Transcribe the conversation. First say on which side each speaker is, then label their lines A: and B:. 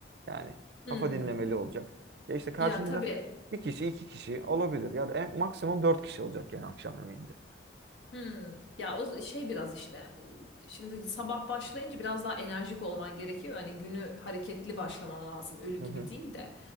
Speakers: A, on the right (about 60°); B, on the left (about 85°).
A: Yani kafa
B: hmm.
A: dinlemeli olacak. Ya işte karşında
B: Ya tabii.
A: bir kişi, iki kişi olabilir. Ya da en, maksimum dört kişi olacak yani akşam yemeğinde.
B: Hmm. Ya o z- şey biraz işte e, şimdi sabah başlayınca biraz daha enerjik olman gerekiyor. Hani günü hareketli başlaman lazım. Ölü gibi
A: Hı hı.
B: değil de.